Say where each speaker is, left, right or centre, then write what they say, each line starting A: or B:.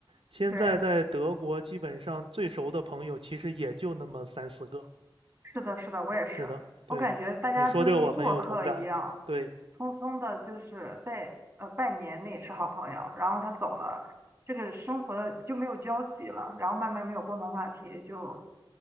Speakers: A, on the right (about 85°); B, on the right (about 25°).
A: 现在在德国，
B: 对，
A: 基本上最熟的朋友其实也就那么三四个。
B: 是的，是的，我也是。
A: 是的，对，
B: 我感觉大家就跟过客一样，
A: 你说这个我很有同感。对。
B: 匆匆的，就是在呃半年内是好朋友，然后他走了，这个生活的就没有交集了，然后慢慢没有共同话题，就